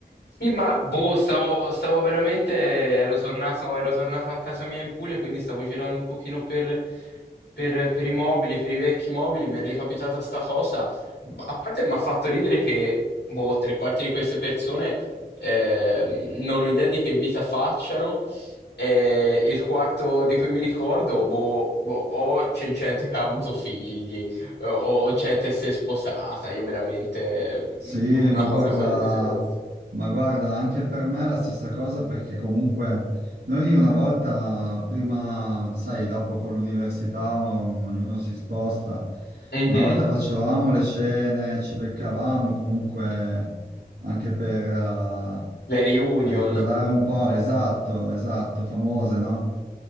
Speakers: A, on the left; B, on the right.
A: Sì, ma boh, stavo, stavo veramente, ero tornato, ero tornato a casa mia in Puglia, quindi stavo girando un pochino per, per- per i mobili, per i vecchi mobili, mi è ricapitata sta cosa. A parte mi ha fatto ridere che, boh, tre quarti di queste persone eh, non ho idea di che vita facciano, e il quarto di cui mi ricordo, boh, boh, o c'è gente che ha avuto figli, o, o gente che si è sposata, io veramente,
B: Sì,
A: una
B: ma
A: cosa
B: guarda,
A: fuori di testa.
B: ma guarda, anche per me è la stessa cosa perché comunque noi una volta, prima, sai, dopo con l'università um, ognuno si sposta,
A: Mhm.
B: una volta facevamo le cene, ci beccavamo comunque anche per, eh,
A: Le reunion,
B: per ricordare un po', le- esatto, esatto, famose, no?